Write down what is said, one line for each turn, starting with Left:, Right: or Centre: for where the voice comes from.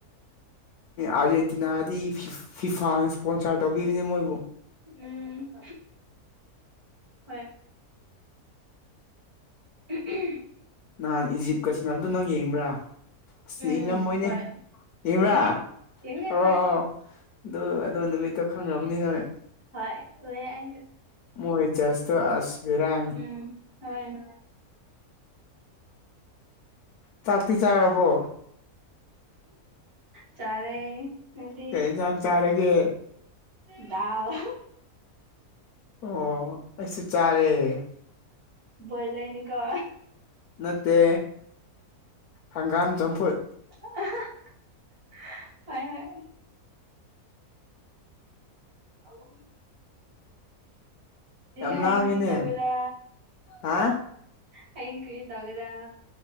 Left: ꯑꯥꯔꯖꯦꯟꯇꯤꯅꯥꯗꯤ ꯐꯤ ꯐꯤꯐꯥꯅ ꯏꯁꯄꯣꯟꯁꯥꯔ ꯇꯧꯕꯤꯕꯅꯦ ꯃꯣꯏꯕꯨ
Right: ꯎꯝ ꯍꯣꯏ ꯎꯝ ꯎꯝ
Left: ꯅꯍꯥꯟ ꯏꯖꯤꯞꯀ ꯁꯥꯟꯅꯕꯗꯣ ꯅꯪ ꯌꯦꯡꯕ꯭ꯔꯥ ꯑꯁ
Right: ꯎꯝ
Left: ꯌꯦꯡꯉꯝꯃꯣꯏꯅꯦ
Right: ꯍꯣꯏ
Left: ꯌꯦꯡꯕ꯭ꯔꯥ
Right: ꯌꯦꯡꯉꯦ ꯌꯦꯡꯉꯦ
Left: ꯑꯣ
Right: ꯍꯣꯏ
Left: ꯑꯣ ꯑꯗꯨ ꯑꯗꯨ ꯅꯨꯃꯤꯠꯇꯣ ꯈꯪꯔꯝꯅꯤ ꯅꯣꯏ
Right: ꯍꯣꯏ ꯎꯌꯦ ꯑꯩꯁꯨ
Left: ꯃꯣꯏ ꯖꯁꯇꯨ ꯑꯁ ꯕꯦꯔꯥꯅꯤ
Right: ꯎꯝ ꯍꯣꯏ
Left: ꯆꯥꯛꯇꯤ ꯆꯥꯔꯕꯣ
Right: ꯆꯥꯔꯦ ꯅꯪꯗꯤ
Left: ꯀꯩ ꯏꯟꯖꯥꯡ ꯆꯥꯔꯒꯦ
Right: ꯗꯥꯜ
Left: ꯑꯣ ꯑꯩꯁꯨ ꯆꯥꯔꯦ
Right: ꯕꯣꯏꯂꯔꯅꯤ ꯀꯣ
Left: ꯅꯠꯇꯦ ꯍꯪꯒꯥꯝ ꯆꯝꯐꯨꯠ
Right: <unintelligible> ꯍꯣꯏ ꯍꯣꯏ ꯑꯥꯎ
Left: ꯌꯥꯝ
Right: ꯍꯌꯦꯡ
Left: ꯂꯥꯡꯉꯤꯅꯦ
Right: ꯀꯔꯤ ꯇꯧꯒꯦꯔ
Left: ꯍꯥ
Right: ꯍꯌꯦꯡ ꯀꯔꯤ ꯇꯧꯒꯦꯔꯥ